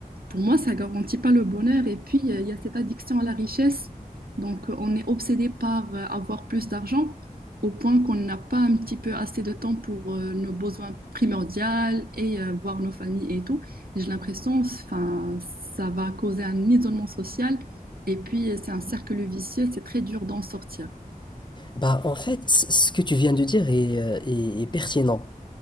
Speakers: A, on the right (about 85°); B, on the left (about 30°).
A: pour moi, ça garantit pas le bonheur. Et puis, euh, il y a cette addiction à la richesse. Donc, euh, on est obsédé par euh, avoir plus d'argent au point qu'on n'a pas un petit peu assez de temps pour euh, nos besoins primordiaux et euh, voir nos familles et tout. J'ai l'impression, enfin, ça va causer un isolement social. Et puis, euh, c'est un cercle vicieux. C'est très dur d'en sortir.
B: bah, en fait, c- ce que tu viens de dire est, euh, est- est pertinent,